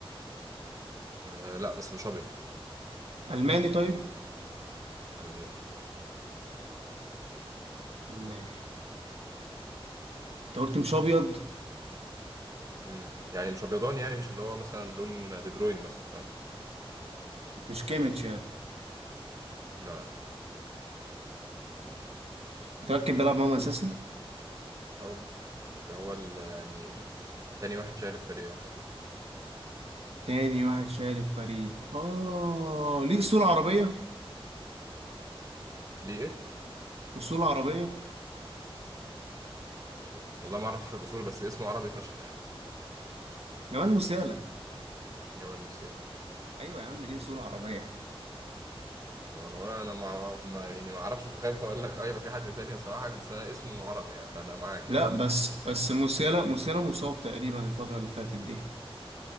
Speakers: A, on the right; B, on the right.
A: آه، لا بس مش ابيض
B: الماني طيب
A: الماني
B: الماني انت قلت مش ابيض
A: مم. يعني مش ابيضاني يعني مش اللي هو مثلا لون دي بروين مثلا فاهم
B: مش كيميتش يعني
A: لا
B: متاكد بيلعب معاهم اساسي
A: لا ده هو ال- يعني تاني واحد شايل الفريق يعتبر
B: تاني واحد شارك فريق اه ليه اصول عربيه
A: ليه ايه
B: اصول عربيه
A: والله ما اعرفش الاصول بس اسمه عربي فشخ يعني
B: جمال موسيالا
A: جمال موسيالا
B: ايوه يا عم ليه اصول عربيه
A: انا ولا انا ما ما- يعني ما اعرفش فخايف اقول لك اه يبقى في حد تاني يصححك بس انا اسمه عربي يعني فانا معاك
B: لا
A: يعني
B: بس
A: <laughs>
B: بس موسيالا موسيالا مصاب تقريبا الفتره اللي فاتت دي